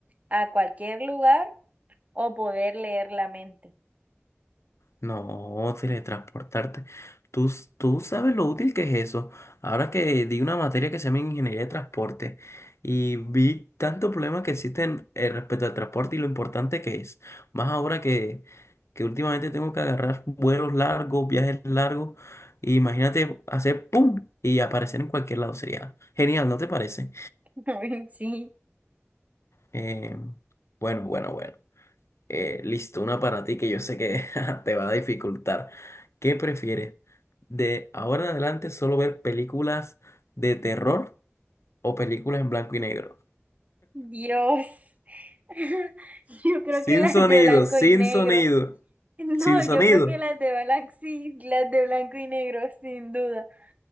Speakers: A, on the right; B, on the left.
A: a cualquier lugar o poder leer la mente?
B: No, teletransportarte. Tú, s- tú sabes lo útil que es eso. Ahora que di una materia que se llama Ingeniería de Transporte y vi tantos problemas que existen eh, respecto al transporte y lo importante que es. Más ahora que, que últimamente tengo que agarrar vuelos largos, viajes largos. y imagínate hacer ¡pum! y aparecer en cualquier lado. Sería genial, ¿no te parece?
A: <laughs> Ay, Sí,
B: Eh, bueno, bueno, bueno. Eh, listo, una para ti que yo sé que <laughs> te va a dificultar. ¿Qué prefieres? ¿De ahora en adelante solo ver películas de terror o películas en blanco y negro?
A: Dios. <laughs> Yo creo
B: Sin
A: que las
B: sonido,
A: de blanco
B: sin
A: y negro.
B: sonido,
A: No,
B: sin
A: yo
B: sonido.
A: creo que las de blanco, sí, las de blanco y negro, sin duda. <laughs>